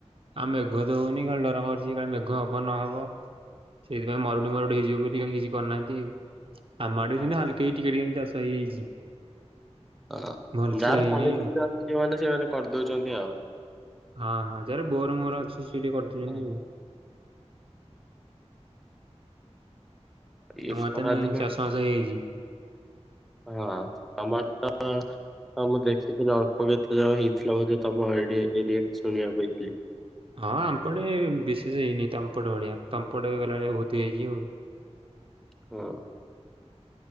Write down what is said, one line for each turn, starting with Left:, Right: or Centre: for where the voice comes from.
Right: ଆଉ ମେଘ ତ ହଉନି କାଲି ଡର ମାରୁଛି କାଲି ମେଘ ହବ ନହବ। ସେଇଥିା ପାଇଁ ମରୁଡି ଫରୁଡି ହେଇଯିବ ବୋଲି କାଇଁ କିଛି କରିନାହାନ୍ତି। ଆମଡେ ବି
Centre: ହଁ
Right: ସେମିତି ହାଲକେଇ ଟିକେ ଚାଷ ହେଇଯାଇଛି।
Centre: ହଁ
Right: ଭଲସେ
Centre: ଯାହାର
Right: ହେଇନି
Centre: ପାଣି ସିଧା
Right: ଆଉ।
Centre: ଅଛି ଯୋଉମାନେ ସେମାନେ କରିଦଉଛନ୍ତି ଆଉ।
Right: ହଁ ହଁ ଯାର ବୋର ମୋର ଅଛି ସେ ଟିକେ କରିଦେଉଛନ୍ତି
Centre: ହଁ।
Right: ଆଉ।
Centre: ଇଏ
Right: ତମ
Centre: ଖରାଧିନ
Right: ଆଡେ ତାହେନେ ଚାଷ ବାସ ହେଇଯାଇଛି?
Centre: ହଁ ତମର ତ ହଁ ମୁଁ ଦେଖିଥିଲି ଅଳ୍ପ କେତେ ଯାହା ହେଇଥିଲା ବୋ ତମ ଏ ଏରିଆରେ ଶୁଣିବାକୁ ପାଇଥିଲି।
Right: ହଁ ଆମ୍ପଟେ ବିଶେଷ ହେଇନି ତମ୍ପଟ ଭଳିଆ ତମ୍ପଟ ଗଲାବେଳିଆ ବୋହୁତ୍ ହେଇଛି ଆଉ।
Centre: ହଁ।